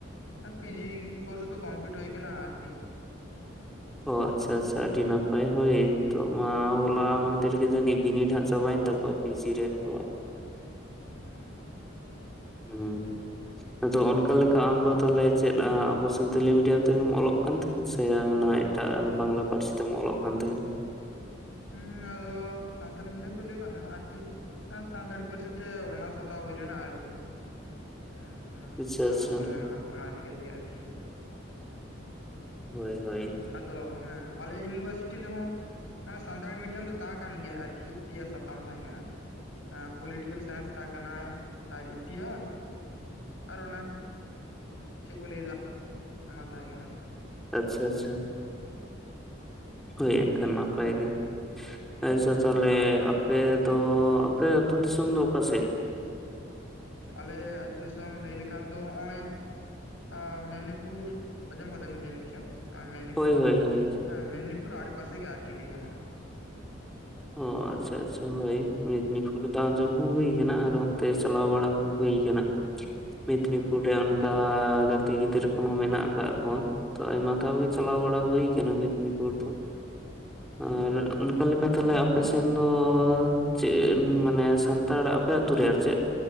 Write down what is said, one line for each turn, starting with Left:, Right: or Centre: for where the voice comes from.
Left: ᱟᱨ ᱯᱤᱡᱤ ᱠᱳᱨᱥ ᱫᱚ ᱠᱚᱢᱯᱞᱤᱴ ᱦᱩᱭ ᱠᱟᱱᱟ ᱟᱨᱠᱤ
Centre: ᱚ ᱟᱪᱪᱷᱟ ᱟᱪᱪᱷᱟ ᱟᱹᱰᱤ ᱱᱟᱯᱟᱭ ᱦᱳᱭ ᱱᱤᱛᱚᱜ ᱢᱟ ᱦᱚᱞᱟ ᱢᱟᱦᱫᱮᱨ ᱜᱮ ᱡᱟᱹᱱᱤᱡ ᱵᱤᱱᱤᱰ ᱦᱟᱸᱜ ᱪᱟᱵᱟᱭᱮᱱ ᱛᱟᱠᱚᱣᱟ ᱯᱤ ᱥᱤ ᱨᱮᱱ ᱠᱚ
Left: ᱦᱮᱸ
Centre: ᱦᱩᱸ ᱟᱫᱚ ᱚᱱᱠᱟ ᱞᱮᱠᱟ ᱟᱢᱫᱚ ᱛᱟᱦᱞᱮ ᱪᱮᱫ ᱟᱵᱚ ᱥᱟᱱᱛᱟᱞᱤ ᱢᱤᱰᱤᱭᱟᱢ ᱛᱮᱜᱮᱢ ᱚᱞᱚᱜ ᱠᱟᱱ ᱛᱟᱦᱮᱫ ᱥᱮ ᱚᱱᱟ ᱮᱴᱟᱜ ᱵᱟᱝᱞᱟ ᱯᱟᱹᱨᱥᱤ ᱛᱮᱢ ᱚᱞᱚᱜ ᱠᱟᱱ ᱛᱟᱦᱮᱫ
Left: ᱦᱮᱸ ᱟᱫᱚ ᱥᱟᱱᱛᱟᱞᱤ ᱢᱤᱰᱤᱭᱟᱢ ᱫᱚ ᱞᱟᱹᱭ ᱵᱟᱝ ᱜᱟᱱᱚᱜᱼᱟ ᱟᱨᱠᱤ ᱥᱟᱱᱛᱟᱲᱤ ᱯᱟᱹᱨᱥᱤ ᱛᱮ ᱚᱱᱟᱨᱥ ᱦᱟᱛᱟᱣ ᱦᱩᱭ ᱞᱮᱱᱟ ᱟᱨᱠᱤ ᱮᱸ ᱡᱟᱦᱟᱸ
Centre: ᱟᱪᱪᱷᱟ
Left: ᱥᱟᱶᱦᱮᱫ
Centre: ᱟᱪᱪᱷᱟ
Left: ᱠᱚ ᱢᱮᱱᱟᱜ-ᱟ ᱚᱱᱟ ᱤᱫᱤ ᱠᱟᱛᱮ ᱜᱮ ᱟᱨᱠᱤ
Centre: ᱦᱳᱭ ᱦᱳᱭ
Left: ᱟᱫᱚ ᱦᱮᱸ ᱟᱞᱮ ᱤᱭᱩᱱᱤᱵᱷᱟᱨᱥᱤᱴᱤ ᱨᱮᱦᱚᱸ ᱢᱟᱱᱮ ᱥᱟᱱᱛᱟᱲᱤ ᱢᱤᱰᱤᱭᱟᱢ ᱫᱚ ᱛᱟᱦᱮᱸ ᱠᱟᱱ ᱜᱮᱭᱟ ᱟᱨᱠᱤ ᱯᱮᱭᱟ ᱥᱟᱛᱟᱢ ᱛᱟᱦᱮᱸ ᱠᱟᱱᱟ ᱯᱚᱞᱤᱴᱤᱠᱮᱞ ᱥᱟᱭᱮᱱᱥ ᱛᱟᱦᱮᱸ ᱠᱟᱱᱟ ᱟᱨ ᱤᱛᱤᱦᱟᱥ ᱟᱨ ᱚᱱᱮ ᱪᱮᱫ ᱠᱚ ᱞᱟᱹᱭ ᱮᱫᱟ ᱟᱱᱟ ᱛᱟᱦᱮᱸ ᱠᱟᱱᱟ
Centre: ᱟᱪᱪᱷᱟ ᱟᱪᱪᱷᱟ ᱦᱳᱭ ᱮᱱᱠᱷᱟᱱ ᱱᱟᱯᱟᱭ ᱜᱮ ᱟᱪᱪᱷᱟ ᱛᱟᱦᱚᱞᱮ ᱟᱯᱮ ᱫᱚ ᱟᱯᱮ ᱟᱹᱛᱩ ᱫᱤᱥᱚᱢ ᱫᱚ ᱚᱠᱟ ᱥᱮᱫ
Left: ᱟᱞᱮ ᱟᱹᱛᱩ ᱫᱤᱥᱚᱢ ᱞᱟᱹᱭ ᱞᱮᱠᱷᱟᱱ ᱫᱚ ᱱᱚᱜ-ᱚᱭ ᱟᱨ ᱢᱮᱱᱤᱯᱩᱨ ᱟᱸᱡᱚᱢ ᱠᱟᱫᱟ ᱵᱤᱱ ᱡᱟᱹᱱᱤᱡ ᱪᱚ ᱢᱮᱱᱤᱯᱩᱨ
Centre: ᱦᱳᱭ ᱦᱳᱭ ᱦᱳᱭ
Left: ᱦᱮᱸ ᱢᱮᱱᱱᱤᱯᱩᱨ ᱟᱲᱮ ᱯᱟᱥᱮ ᱜᱮ ᱟᱨᱠᱤ ᱞᱟᱹᱭ ᱜᱟᱱᱚᱜᱼᱟ
Centre: ᱚ ᱚ ᱟᱪᱪᱷᱟ ᱟᱪᱪᱷᱟ ᱦᱳᱭ ᱢᱤᱫᱽᱱᱤ ᱯᱩᱨ ᱟᱸᱡᱚᱢ ᱦᱚᱸ ᱦᱩᱭ ᱠᱟᱱᱟ ᱟᱨ ᱚᱱᱛᱮ ᱪᱟᱞᱟᱣ ᱵᱟᱲᱟ ᱦᱚᱸ ᱦᱩᱭ ᱟᱠᱟᱱᱟ ᱢᱮᱫᱽᱱᱤᱯᱩᱨ ᱨᱮ ᱚᱱᱠᱟ ᱜᱟᱛᱮ ᱜᱤᱫᱽᱨᱟᱹ ᱠᱚ ᱦᱚᱸ ᱢᱮᱱᱟᱜ ᱟᱠᱟᱫ ᱠᱚᱣᱟ ᱛᱚ ᱟᱭᱢᱟ ᱫᱷᱟᱣ ᱜᱮ ᱪᱟᱞᱟᱣ ᱵᱟᱲᱟ ᱦᱩᱭ ᱟᱠᱟᱱᱟ ᱢᱮᱫᱽᱱᱤᱯᱩᱨ ᱫᱚ ᱟᱨ ᱚᱱᱠᱟ ᱞᱮᱠᱟ ᱛᱟᱦᱚᱞᱮ ᱟᱯᱮ ᱥᱮᱱ ᱫᱚ ᱪᱮᱫ ᱢᱟᱱᱮ ᱥᱟᱱᱛᱟᱲ ᱟᱯᱮ ᱟᱹᱛᱩ ᱨᱮ ᱟᱨ ᱪᱮᱫ